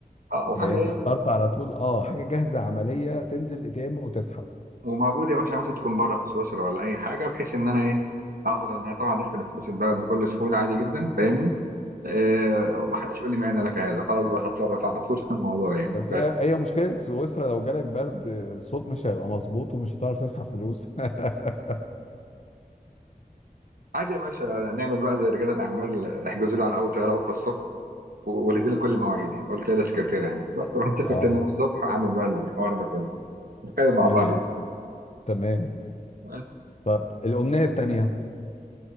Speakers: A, on the right; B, on the left.
A: آه، وحاجه
B: آه، انت
A: ايه
B: اخترت على طول اه حاجة جاهزة عملية تنزل اي تي ام وتسحب
A: وموجود يا باشا مثلا تكون بره في سويسرا ولا اي حاجه بحيث ان انا ايه اقدر ان انا طبعا ادخل فلوس البلد بكل سهوله عادي جدا فاهمني آه، ومحدش يقول لي ما انا لك عايزه خلاص بقى هتصرف على طول في الموضوع يعني
B: بس هي هي مشكلة سويسرا لو جالك برد آه، الصوت مش هيبقى مظبوط ومش هتعرف تسحب فلوس <laughs>
A: عادي يا باشا نعمل بقى زي رجال الاعمال احجزوا لي على اول طياره بكره الصبح والغي لي كل مواعيدي قول كده للسكرتيره يعني بس تروح مسافر
B: اه
A: تاني يوم الصبح اعمل بقى الحوار ده كله نتخيل مع
B: تمام
A: بعض يعني
B: تمام
A: بس.
B: طب الأمنية التانية